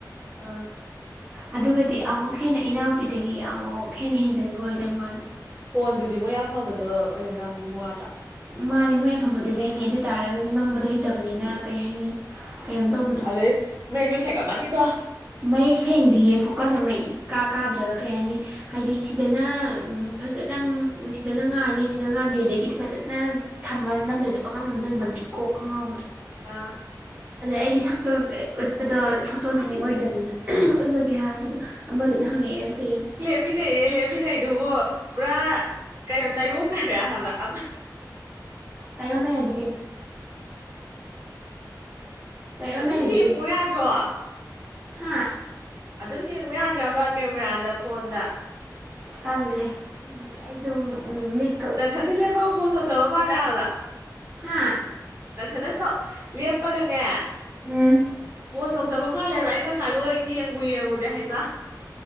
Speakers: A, on the right (about 50°); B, on the right (about 20°).
A: ꯑ
B: ꯑꯗꯨꯒꯗꯤ ꯑꯃꯨꯛ ꯍꯦꯟꯅ ꯏꯅꯥꯎꯄꯤꯗꯒꯤ ꯑꯃꯨꯛ ꯍꯦꯟꯅ ꯍꯦꯟꯖꯤꯟꯕ ꯑꯣꯏ ꯂꯩꯔꯝꯕꯋꯥꯅꯤꯗ
A: ꯐꯣꯟꯗꯨꯗꯤ ꯃꯣꯏ ꯑꯐꯕꯗꯣ ꯑꯣꯏꯅ ꯅꯝꯃꯨꯌꯥꯗ꯭ꯔꯥ
B: ꯃꯥꯅꯦ ꯃꯣꯏ ꯑꯐꯕꯗꯤ ꯂꯩꯅꯤ ꯑꯗꯨ ꯇꯥꯔꯒꯁꯨ ꯅꯝꯕꯗꯣ ꯍꯩꯇꯕꯅꯤꯅ ꯀꯩ ꯍꯥꯏꯅꯤ ꯀꯩꯅꯣꯝ ꯇꯧꯕꯗ
A: ꯃꯌ‌ꯦꯛꯁꯨ ꯁꯦꯒꯅꯤ ꯇꯣ
B: ꯃꯌꯦꯛ ꯁꯦꯡꯗꯤꯌꯦ ꯐꯣꯀꯁ ꯑꯃ ꯃ ꯀꯥ ꯀꯥꯗ꯭ꯔꯒ ꯀꯩ ꯍꯥꯏꯅꯤ ꯍꯥꯏꯗꯤ ꯁꯤꯗꯅ ꯐꯖꯅ ꯁꯤꯗꯅ ꯉꯥꯜꯂꯤ ꯁꯤꯗ ꯉꯥꯟꯗꯦ ꯑꯗꯒꯤꯗꯤ ꯐꯖꯅ ꯊꯃ ꯅꯝꯗꯣꯏꯗꯣ ꯄꯪꯉꯝ ꯅꯝꯁꯤꯟꯕꯒꯤ ꯀꯣꯛ ꯑꯃ ꯉꯥꯎꯕꯗꯣ
A: ꯑ
B: ꯑꯗ ꯑꯩꯗꯤ ꯁꯛꯇꯣ ꯎꯠꯄꯗꯣ ꯐꯣꯇꯣꯁꯛ ꯑꯣꯏꯗ ꯅꯤꯅ ꯎꯠꯂꯒꯦ ꯍꯥꯏꯕꯗꯨꯗ ꯑꯃꯗꯨꯅ ꯍꯪꯉꯛꯑꯦ ꯀꯩ
A: ꯂꯦꯞꯃꯤꯟꯅꯩꯌꯦ ꯂꯦꯞꯃꯤꯟꯅꯩꯗꯨꯕꯨ ꯄꯨꯔꯥ ꯀꯩꯅꯣ ꯇꯥꯏꯌꯣꯟꯅꯔꯦ ꯍꯥꯏꯕ ꯑꯃ
B: ꯇꯥꯏꯣꯟꯅꯦ ꯍꯥꯏꯗꯤꯀꯩꯅꫭ ꯇꯥꯏꯌꯣꯟꯅꯔꯗꯤ
A: ꯑꯗꯨꯝ ꯌꯦꯡꯉꯣ
B: ꯀꯩꯅꯣ
A: ꯌꯥꯗ꯭ꯔꯣ
B: ꯍꯥ
A: ꯑꯗꯨꯝ ꯌꯦꯡꯉꯨ ꯌꯥꯗ꯭ꯔꯕ ꯀꯦꯃꯦꯔꯥꯗ ꯐꯣꯟꯗ
B: ꯇꯜꯂꯦ ꯑꯩꯗꯨ ꯎ ꯃꯤꯠ
A: ꯅꯊꯟꯗ ꯂꯦꯞꯄꯒ ꯄꯣꯠ ꯇꯧꯖꯕ ꯃꯥꯜꯂꯑꯕ
B: ꯍꯥ
A: ꯅꯊꯟꯗ ꯆꯞꯄꯒꯅꯦ
B: ꯎꯝ
A: ꯄꯣꯁ ꯇꯧꯖꯕ ꯃꯥꯜꯂꯦꯕ ꯑꯩ ꯉꯁꯥꯏ ꯂꯣꯏ ꯌꯦꯡꯉ ꯌꯦꯡꯉꯨꯗꯦ ꯍꯩꯃ